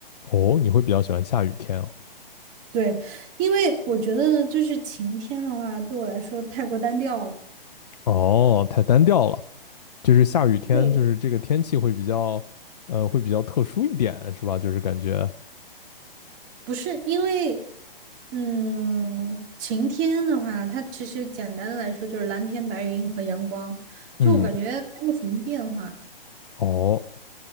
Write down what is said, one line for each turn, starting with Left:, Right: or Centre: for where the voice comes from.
Left: 哦，你会比较喜欢下雨天啊？
Right: 对，因为我觉得就是晴天的话，对我来说太过单调了。
Left: 哦，太单调了。就是下雨天，
Right: 对，
Left: 就是这个天气会比较，呃，会比较特殊一点，是吧？就是感觉，
Right: 不是因为，嗯，晴天的话，它其实简单的来说就是蓝天白云和阳光，
Left: 嗯，
Right: 就我感觉没有什么变化。
Left: 哦，